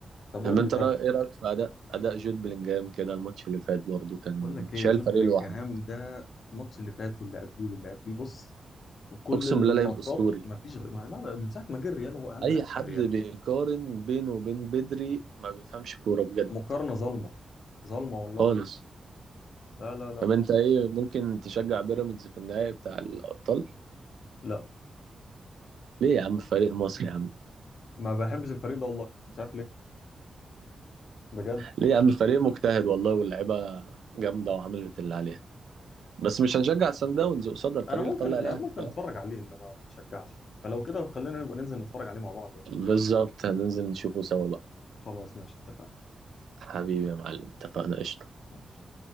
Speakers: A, on the left; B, on the right.
A: طب
B: طب
A: قول
B: انت
A: لي طب
B: رأ- ايه رايك في اداء اداء جود بلينجهام كده الماتش اللي فات برضه كان
A: بقول لك
B: شايل
A: ايه جود
B: فريق
A: بلينجهام
B: لوحده
A: ده الماتش اللي فات واللي قبليه واللي قبليه بص كل
B: اقسم
A: الماتشات
B: بالله لعيب اسطوري
A: ما فيش غير لا لا من ساعه ما جه الريال هو اهم
B: اي
A: لاعب
B: حد
A: في الريال
B: بيقارن بينه وبين بدري ما بيفهمش كوره بجد
A: مقارنه ظالمه ظالمه والله
B: خالص
A: لا لا لا
B: طب
A: ما
B: انت ايه ممكن تشجع بيراميدز في النهائي بتاع الابطال
A: لا
B: ليه يا عم فريق مصري يا عم
A: ما بحبش الفريق ده والله مش عارف ليه بجد
B: ليه يا عم فريق مجتهد والله واللعيبه جامده وعملت اللي عليها بس مش هنشجع سان داونز قصاد الفريق
A: انا ممكن
B: اللي طلع الاهلي
A: يعني ممكن
B: فاهم
A: اتفرج عليه انما ما اشجعش فلو كده خلينا نبقى ننزل نتفرج عليه مع بعض يعني
B: بالظبط هننزل نشوفه سوا بقى
A: خلاص ماشي اتفقنا
B: حبيبي يا معلم اتفقنا قشطة
A: ماشي